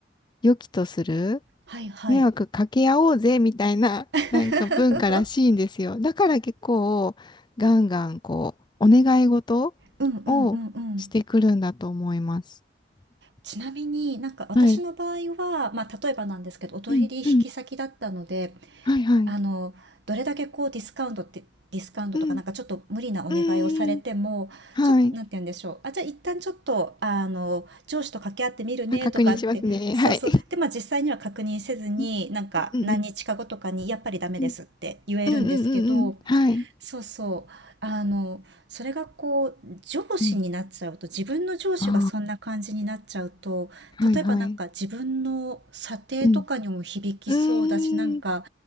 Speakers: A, on the left; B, on the right.
A: う、良きとする、
B: はいはい。
A: 迷惑かけ合おうぜみたいな、<laughs>
B: <laughs>
A: なんか文化らしいんですよ。だから結構、ガンガンこう、お願い事
B: うんうんうんうん。
A: をしてくるんだと思います。
B: ちなみになんか私の場合は、
A: はい。
B: まあ例えばなんですけど、お取引引先だったので、
A: うんうん。はいはい。
B: あの、どれだけこうディスカウントって、ディスカウントとかなんかちょっと無理なお願いをされても、
A: うん。うん。はい。
B: ちょっと、なんて言うんでしょう。あ、じゃあ一旦ちょっと、あの、上司と掛け合ってみるねとかって、
A: あ、確認しますね。
B: そうそう。
A: はい。
B: で、まあ実際には確認せずに、
A: うん
B: なんか何日か後とかにやっぱりダメですって言えるんですけど、
A: うんうんうんうんうんうん。はい。
B: そうそう。あの、それがこう、上司になっちゃうと、
A: うん。
B: 自分の上司がそんな感じになっちゃうと、
A: ああ。はいはい。
B: 例えばなんか自分の査定とかにも響きそうだし、
A: うんうーん、
B: なんか、